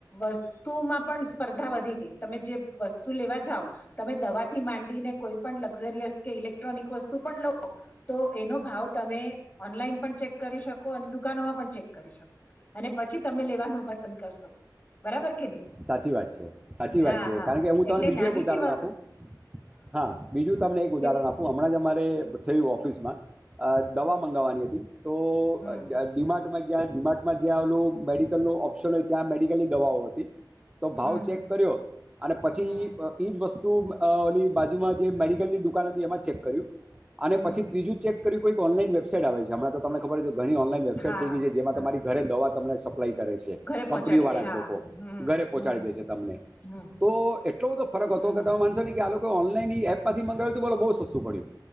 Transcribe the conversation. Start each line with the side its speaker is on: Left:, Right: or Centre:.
Left: વસ્તુમાં પણ સ્પર્ધા વધી ગઈ તમે જે વસ્તુ. લેવા જાવ તમે દવા થી માંડીને કોઈ પણ લક્ઝરીયસ કે ઇલેક્ટ્રોનિક વસ્તુ પણ લો. તો એનો ભાવ તમે ઓનલાઈન પણ ચેક. કરી શકો અને દુકાનોમાં પણ ચેક કરી શકો અને પછી તમે લેવાનું પસંદ કરશો. બરાબર કે નહી
Right: સાચી વાત છે, સાચી
Left: હા
Right: વાત છે,
Left: હા
Right: કારણ કે હું
Left: એટલે
Right: તને બીજું
Left: નાનીથી
Right: એક ઉદાહરણ
Left: વ
Right: આપું. હા બીજું તમને એક ઉદાહરણ
Left: કે
Right: આપું હમણાં જ. થયું ઓફિસમાં દવા
Left: હમ
Right: મંગાવવાની હતી, તો
Left: હમ
Right: ડિમાન્ડ માંઇ ત્યાં ડિમાગમાં જ્યાં આવેલું મેડિકલ નો ઓપ્શન હોય ત્યાં મેડિકલ ની દવાઓ હતી. તો ભાવ
Left: હમ
Right: ચેક
Left: હમ
Right: કર્યો અને પછી
Left: હમ
Right: ઈજ વસ્તુ ઓ બાજુમાં જે મેડિકલની દુકાન હતી એમાં ચેક કર્યું અને
Left: હમ
Right: પછી ત્રીજું ચેક કોઈક ઓનલાઈન વેબાઈટ આવે છે, હમણાં તમને ખબર હતી. ઘણી ઓનલાઇન વેબસાાઈટ
Left: હા
Right: થઈ
Left: હા
Right: ગઈ છે, જેમાં
Left: હા
Right: તમારી ઘરે દવા તમને સપ્લાય કરે છે,
Left: ઘરે પહોંચાડી
Right: કંપની વાળા
Left: દે હા
Right: જ લોકો
Left: હમ
Right: ઘરે પહોચાડી
Left: હમ
Right: દેશે તમને
Left: હમ
Right: તો એટલો બધો ફરક
Left: હમ
Right: હતો, કે
Left: હમ
Right: તમે માનશો ને કે આ ઓનલાઈન એપમાંથી મંગાવ્યું, બોલો બહુ સસ્તું પડ્યું.